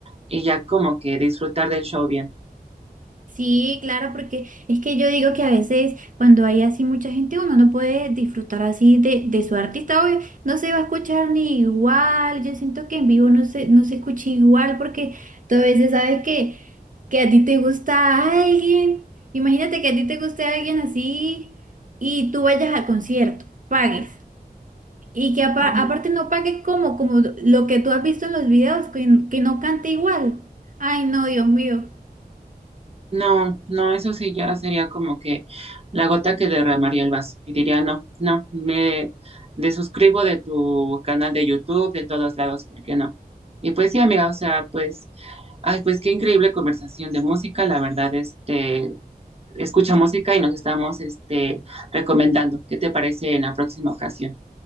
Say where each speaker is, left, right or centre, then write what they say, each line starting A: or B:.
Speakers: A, on the right (about 40°); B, on the right (about 55°).
A: y ya como que disfrutar del show bien.
B: Sí, claro, porque es que yo digo que a veces cuando hay así mucha gente, uno no puede disfrutar así de, de su artista, obvio, no se va a escuchar ni igual, yo siento que en vivo no se, no se escucha igual porque tú a veces sabes que, que a ti te gusta alguien, imagínate que a ti te guste alguien así y tú vayas al concierto, pagues. Y que apa-
A: Ujú.
B: aparte no pague como, como lo que tú has visto en los videos, que que no cante igual. Ay, no, Dios mío.
A: No, no, eso sí ya sería como que la gota que derramaría el vaso y diría, no, no, me desuscribo de tu canal de YouTube, de todos lados, ¿por qué no? Y pues sí, amiga, o sea, pues, ay, pues qué increíble conversación de música, la verdad, este, escucha música y nos estamos, este, recomendando. ¿Qué te parece en la próxima ocasión?